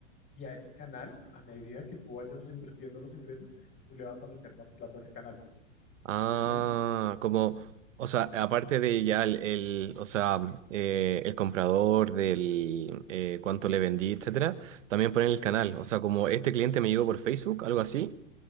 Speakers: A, on the left; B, on the right.
A: Y a ese canal, a medida que tú vayas reinvirtiendo los ingresos, tú le vas a meter más plata a ese canal.
B: Ah,
A: ¿Sí ¿Me entiendes?
B: como, o sea, aparte de ya el, el- o sea, eh, el comprador del eh, cuánto le vendí, etcétera, también ponen el canal, o sea, como este cliente me llegó por Facebook, algo así.